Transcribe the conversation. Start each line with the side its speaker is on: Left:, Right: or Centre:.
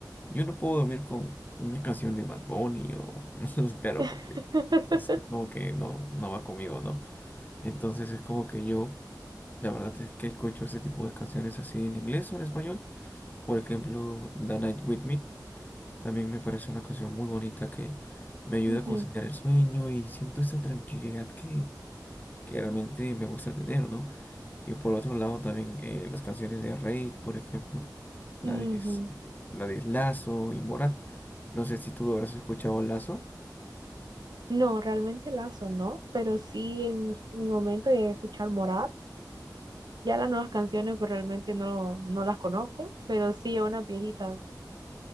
Left: Yo no puedo dormir con una canción de Bad Bunny o, <laughs> claro,
Right: <laughs>
Left: porque es como que no, no va conmigo, ¿no? Entonces es como que yo, la verdad es que escucho ese tipo de canciones así en inglés o en español. Por ejemplo, The Night With Me también me parece una canción muy bonita que me ayuda
Right: Ujú,
Left: a conciliar el sueño y siento esa tranquilidad que que realmente me gusta tener, ¿no? Y por otro lado también eh, las canciones de Reik, por ejemplo, la
Right: ujú.
Left: de, s- la de Lazo y Morat. No sé si tú habrás escuchado Lazo.
Right: No, realmente Lazo no, pero sí en us- mi momento llegué a escuchar Morat. Ya las nuevas canciones pues realmente no, no las conozco, pero sí a unas viejitas,